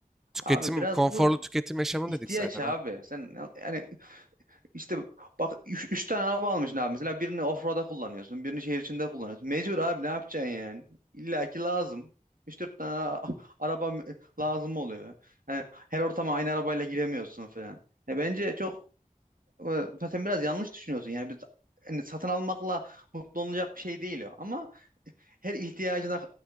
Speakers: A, in the centre; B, on the right (about 75°).
A: Tüketim,
B: abi biraz
A: konforlu
B: bu
A: tüketim yaşamı
B: ihtiyaç
A: dedik zaten
B: abi.
A: abi.
B: Sen yani işte bak üç, üç tane araba almışsın abi. Mesela birini offroad'a kullanıyorsun, birini şehir içinde kullanıyorsun. Mecbur abi ne yapacaksın yani? İlla ki lazım. üç dört tane a- araba lazım oluyor. Yani her ortama aynı arabayla giremiyorsun falan. E bence çok e, sen biraz yanlış düşünüyorsun. Yani biz hani satın almakla mutlu olunacak bir şey değil o. Ama her ihtiyacına